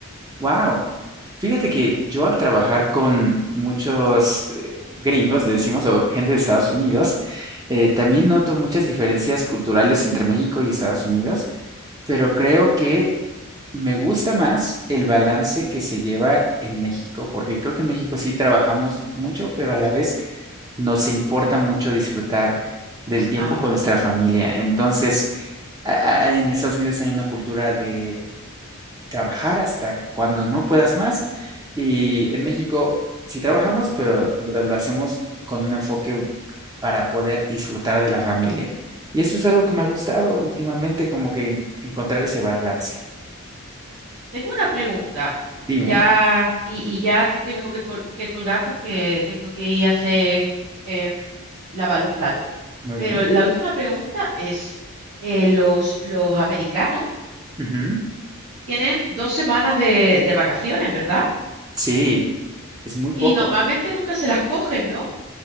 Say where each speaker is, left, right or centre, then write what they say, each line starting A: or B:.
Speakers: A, on the right (about 15°); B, on the right (about 80°).
A: Wow. Fíjate que yo al trabajar con muchos eh, gringos, le decimos, o gente de Estados Unidos,
B: Ujú.
A: eh, también noto muchas diferencias culturales entre México y Estados Unidos. pero creo que me gusta más el balance que se lleva en México, porque creo que en México sí trabajamos mucho, pero a la vez nos importa mucho disfrutar del tiempo
B: Ah,
A: con nuestra familia. Entonces, a- a- en Estados Unidos hay una cultura de trabajar hasta cuando no puedas más, y en México sí trabajamos, pero lo lo hacemos con un enfoque para poder disfrutar de la familia. Y eso es algo que me ha gustado últimamente, como que en- encontrar ese balance.
B: Tengo una pregunta,
A: Dime,
B: ya, y, y ya te tengo que, col- que colgar porque tengo que ir a hacer, em, lavar los platos.
A: muy
B: Pero
A: bien.
B: la última pregunta es, eh, los, los americanos
A: Ujú.
B: tienen dos semanas de, de vacaciones, ¿verdad?
A: Sí, es muy
B: Y
A: poco.
B: normalmente nunca se las cogen, ¿no?